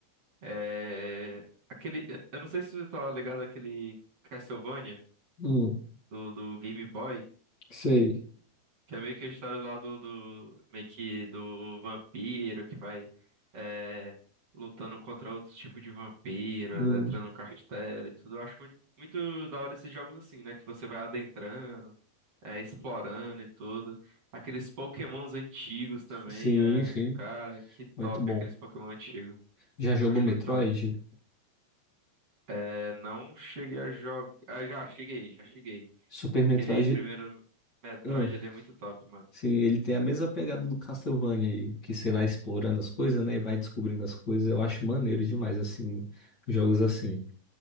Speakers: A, on the right; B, on the left.
A: É, aquele. Eu não sei se você tá ligado àquele Castlevania
B: Hum,
A: do, do Game Boy,
B: sei.
A: que é meio que a história lá do, do meio que do vampiro que vai é, lutando contra outro tipo de vampiro,
B: Hum,
A: entrando no castelo e tudo. Eu acho muito, muito da hora esses jogos assim, né? Que você vai adentrando. é, explorando e tudo. Aqueles Pokémons antigos também,
B: sim,
A: é,
B: sim.
A: cara, que
B: Muito
A: top
B: bom.
A: aqueles Pokémon antigos.
B: Já jogou
A: Acho
B: Metroid?
A: muito top. É, não cheguei a jogar. Ah, já cheguei, já cheguei.
B: Super
A: Aquele
B: Metroid.
A: primeiro Metroid
B: hum,
A: ali é muito top, mano.
B: sim, ele tem a mesma pegada do Castlevania aí, que você vai explorando as coisas, né? E vai descobrindo as coisas. Eu acho maneiro demais, assim, jogos assim.